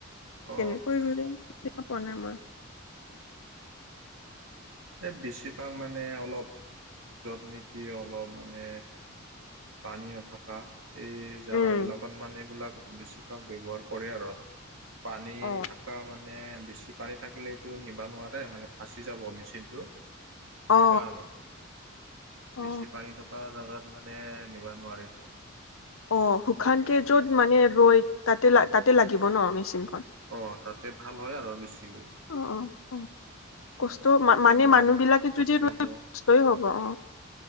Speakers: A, on the right (about 70°); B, on the left (about 75°).
A: অ
B: কেনেকৈ ৰুলে দেখা পোৱা নাই মই।
A: এই বেছিভাগ মানে অলপ য'ত নেকি অলপ মানে পানী নথকা এই জাগাবিলাকত
B: উম
A: মানে এইবিলাক বেছিভাগ ব্যৱহাৰ কৰে আৰু। পানী
B: অ
A: থাকা মানে বেছি পানী থাকিলেওটো নিবা নোৱাৰে মানে ফাঁচি যাব মেচিনটো। টো সেনেকা
B: অ
A: আৰু
B: অ
A: বেছি পানী কা জেগাত মানে নিব নোৱাৰিলো
B: অ শুকানকে য'ত মানে ৰৈ তাতে ল তাতে লাগিব ন মেচিনখন।
A: অ তাতে ভাল হয় আৰু বেছিকৈ।
B: অ অ অ
A: নহ'লে
B: কষ্ট
A: মেচিন
B: মানে মানুহ বিলাকে
A: কষ্ট
B: যদি ৰুই
A: হ'ব।
B: কষ্টই হ'ব অ